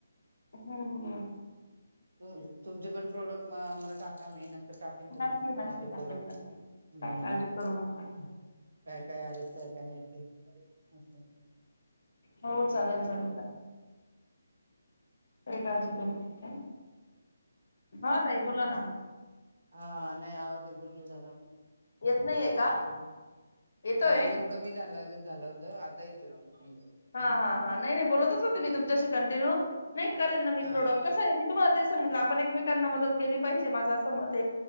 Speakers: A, on the left; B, on the right.
A: हम्म हम्म
B: तु तुमचे पण प्रोडक्ट म मला टाका मी नंतर टाकेल तुम्हाला
A: नक्की नक्की
B: माझे
A: टाकेल
B: प्रोडक्ट
A: टाकेल
B: हम्म
A: काय काळजी करू नका.
B: काय काय आहेत त्यात काय नाही ते असं
A: हो चालेल चालेल काय काळजी करू हा ताई बोला ना
B: हा नाही आवाज एकदम हे झाला
A: येत नाहीये का?
B: अस
A: येतोय?
B: नाही एकदम कमी झाला गत झालं होतं आता येतोय हम्म
A: हा हा हा नाही नाही बोलतच होते मी तुमच्याशी कंटिन्यू नाही करेन ना मी
B: हा
A: प्रोडक्ट कस आहे त मला ते सांगितलं आपण एकमेकांना मदत केली पाहिजे माझं असं मत